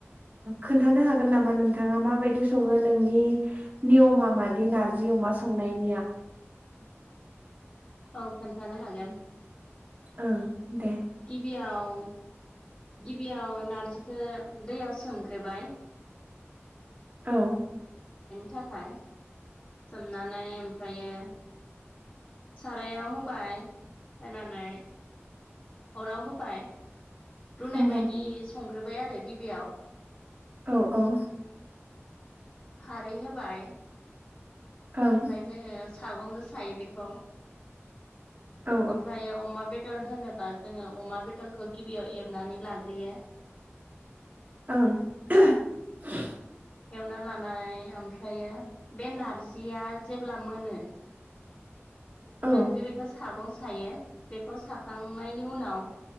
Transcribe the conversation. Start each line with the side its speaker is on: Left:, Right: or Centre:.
Right: खोन्थानो हागोन नामा नोंथाङा माबायदि सङो नोंनि नियमा मादि नारजि अमा संनायनिया
Left: औ खोन्थानो हागोन
Right: ओं दे
Left: गिबिआव गिबियाव नारजिखौ दैयाव सोम गोरबाय
Right: औ
Left: थाखाय सोमनानै ओमफ्रायो सारायाव होबाय होनानै अराव होबाय रुनाय
Right: नंगौ
Left: बायदि संग्रो बाय आरो गिबियाव
Right: औ औ
Left: खारै होबाय
Right: ओं
Left: ओमफ्राय जोङो सागंजों सायो बेखौ
Right: औ
Left: ओमफ्रायो अमा बेद बेदर होनोबा जोङो अमा बेदरखौ गिबियाव एवनानै लाग्रोयो
Right: ओं <unintelligible>
Left: एवना लानानै ओमफ्रायो बे नारजि जिया जेब्ला मोनो
Right: औ
Left: जों जे बेखौ सागं सायो बेखौ साखांनायनि उनाव